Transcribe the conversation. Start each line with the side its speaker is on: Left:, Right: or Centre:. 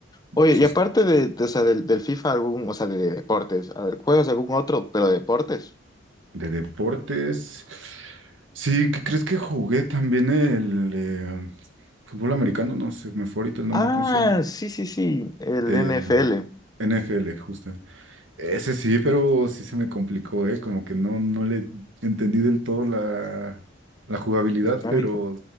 Left: Oye,
Right: Sus
Left: y aparte
Right: co-
Left: de, de- o sea, del, del FIFA, algún, o sea, de, de deportes, a ver, ¿juegas algún otro, pero de deportes?
Right: de deportes. Sí, ¿qué crees que jugué también el eh, fútbol americano? No sé, me fue ahorita el nombre,
Left: Ah,
Right: ¿cómo se llama?
Left: sí, sí, sí, el
Right: El
Left: NFL,
Right: NFL, justo. Ese sí, pero sí se me complicó, ¿eh? Como que no, no le entendí del todo la, la jugabilidad,
Left: la dinámica.
Right: pero